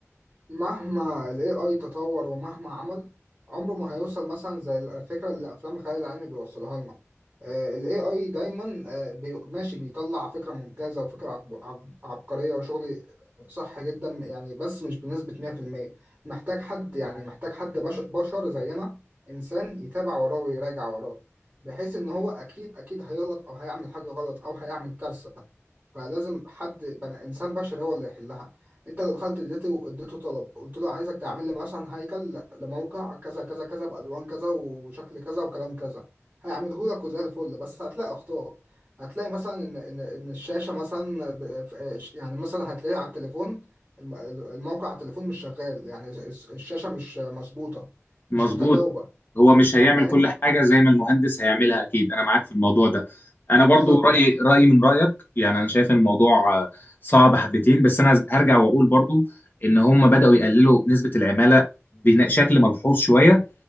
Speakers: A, on the right; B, on the left.
A: مهما ال AI تطور ومهما عمل عمره ما هيوصل مثلا زي الفكرة اللي أفلام الخيال العلمي بيوصلها لنا آه، ال AI دايما آه، بي- ماشي بيطلع فكرة ممتازة وفكرة عب- عب- عبقرية وشغل صح جدا يعني بس مش بنسبة 100% محتاج حد يعني محتاج حد بش- بشر زينا إنسان يتابع وراه ويراجع وراه بحيث إن هو أكيد أكيد هيغلط أو هيعمل حاجة غلط أو هيعمل كارثة فلازم حد بنا انسان بشري هو اللي يحلها انت لو دخلت اديته اديته طلب قلت له عايزك تعمل لي مثلا هيكل لموقع كذا كذا كذا بالوان كذا وشكل كذا وكلام كذا هيعمله لك وزي الفل بس هتلاقي اخطاء هتلاقي مثلا ان ان ان الشاشه مثلا ب- ف- يعني مثلا هتلاقي على التليفون الم- الموقع على التليفون مش شغال يعني الس- الشاشه مش مظبوطه مش
B: مظبوط
A: متجاوبه
B: هو مش هيعمل
A: فاهم
B: كل حاجة زي ما المهندس هيعملها أكيد أنا معاك في الموضوع ده أنا برضو
A: بالظبط
B: رأيي رأيي من رأيك يعني أنا شايف إن الموضوع آه، صعب حبتين بس أنا هرجع وأقول برضو إن هم بدأوا يقللوا نسبة العمالة بشكل ملحوظ شوية